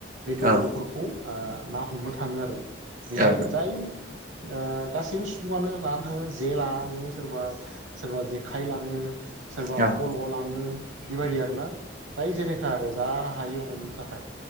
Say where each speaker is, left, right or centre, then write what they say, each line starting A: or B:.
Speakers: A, on the right; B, on the right.
A: बे
B: औ
A: दंग'फोरखौ
B: औ उम औ नोंथां औ
A: आ ना हमनो थाङो आरो बेहाय
B: औ नोंथां औ नोंथां औ
A: जाय ओ गासैबो सुबुङानो लाना थाङो जे लाना थाङो सोरबा सोरबा जेखाइ लाङो सोरबा
B: नोंथां
A: फल' लाङो बेबायदि आरोना जाय जेनेखा आरो जा हायो हमनो थाखाय